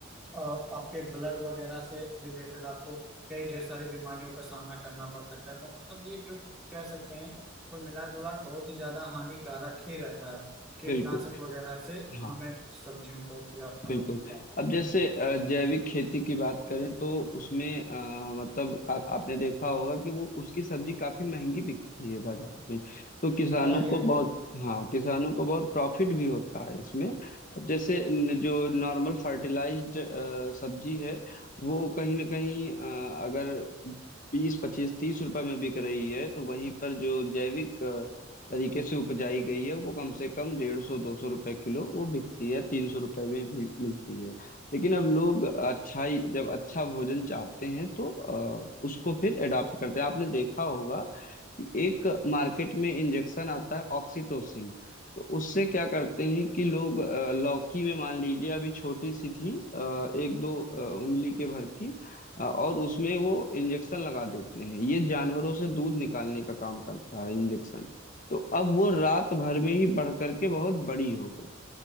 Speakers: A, in the centre; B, on the left.
A: अ, आपके ब्लड वगैरह से रिलेटेड आपको कई ढेर सारी बीमारियों का सामना करना पड़ सकता है तो मतलब ये जो कह सकते हैं कुल मिला जुला के बहुत ही ज्यादा हानिकारक ही रहता है कीटनाशक
B: बिल्कुल
A: वगैरह से
B: हाँ
A: हमें सब्जियों को या फलों
B: बिल्कुल
A: को उत्पाद करना
B: अब जैसे अ, जैविक खेती की बात करें तो उसमें अ, मतलब का, आपने देखा होगा कि वो उसकी सब्जी काफी महंगी बिकती है बाजार में तो किसानों
A: हाँ ये
B: को बहुत
A: तो है
B: हाँ किसानों को बहुत प्रॉफिट भी होता है इसमें अब जैसे न- जो नॉर्मल फर्टिलाइज्ड सब्जी है वो कहीं ना कहीं अ, अगर बीस पच्चीस तीस रुपए में बिक रही है तो वहीं पर जो जैविक तरीके से उपजाई गई है वो कम से कम डेढ़ सौ दो सौ रुपए किलो वो बिकती है तीन सौ रुपए में भी मिलती है लेकिन अब लोग अच्छाई जब अच्छा भोजन चाहते हैं तो अ, उसको फिर एडाप्ट करते हैं आपने देखा होगा कि एक मार्केट में इंजेक्शन आता है ऑक्सीटोसिन तो उससे क्या करते हैं कि लोग अ, लौकी में मान लीजिए अभी छोटी सी थी अ, एक दो अ, उंगली के भर की अ, और उसमें वो इंजेक्शन लगा देते हैं ये जानवरों से दूध निकालने का काम करता है इंजेक्शन तो अब वो रात भर में ही बढ़ करके बहुत बड़ी हो गई